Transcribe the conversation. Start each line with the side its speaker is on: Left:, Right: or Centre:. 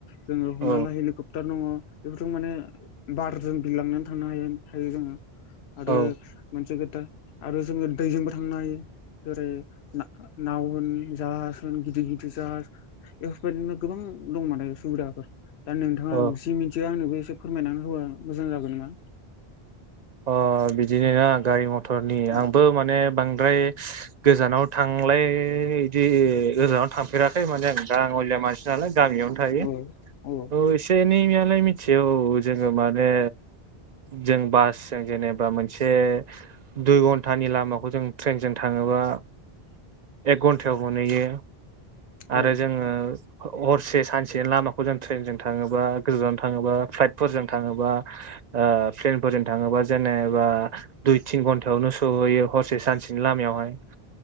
Left: जोङो हमना
Right: औ
Left: ला हेलिकप्टार दङ'। बेफोरजों माने बारजों बिलांनानै थांनो हायो हायो जोङो। आरो
Right: औ
Left: मोनसे खोथा आरो जोङो दैजोंबो थांनो हायो। जेरै ना-नाव होन जाहाज होन गिदिर गिदिर जाहाज एफोरबायदिनो गोबां दं माने सुबिदाफोर। दा नोंथाङा
Right: औ
Left: जि मिथियो आंनोबो एसे फोरमायनानै होबा मोजां जागोन नोमा?
Right: अ बिदिनो ना गारि म थरनि
Left: औ
Right: आंबो माने बांद्राय गोजानाव थांलाय बिदि गोजानाव थांफेराखै माने आं गाङलिया मानसि नालाय गामियावनो थायो।
Left: औ औ
Right: थ' एसे एनै यालाय मिथिगौ जोङो माने जों बास जों जेनेबा मोनसे दुइ घन्टानि लामाखौ जों ट्रेनजों थाङोबा
Left: <unintelligible>
Right: एक घन्टायाव मोनहैयो
Left: औ
Right: आरो जोङो हरसे सानसेनि लामाखौ जों थ्रेनजों थाङोबा गोजानाव थाङोबा फ्लाइटफोरजों थाङोबा ओ फ्लेनफोरजों थाङोबा जेनेबा दुइ तिन घन्टायावनो सहैयो हरसे सानसेनि लामायावहाय।